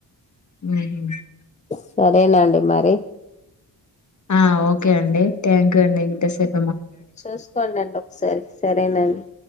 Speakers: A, on the left; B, on the left.
A: ఊహు
B: సరేనాండి మరి
A: ఆ ఓకే అండి థ్యాంక్ యూ అండి ఇంతసేప్
B: చూస్కోడండి ఒక్సారి సరేనండి.